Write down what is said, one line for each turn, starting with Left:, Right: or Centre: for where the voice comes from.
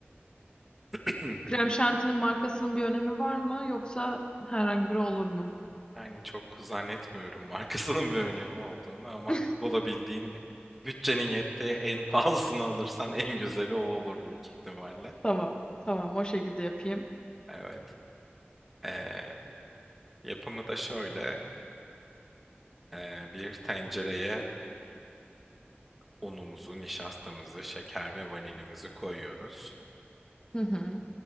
Centre: <clears throat>
Left: Krem şantinin markasının bir önemi var mı yoksa herhangi biri olur mu?
Centre: Yani çok zannetmiyorum markasının bir önemi olduğunu ama
Left: <laughs>
Centre: bulabildiğin bütçenin yettiği en pahalısını alırsan en güzeli o olur büyük ihtimalle.
Left: Tamam. Tamam o şekilde yapayım.
Centre: Evet. Ee, yapımı da şöyle. Ee, bir tencereye unumuzu, nişastamızı, şeker ve vanilimizi koyuyoruz.
Left: Hı hı.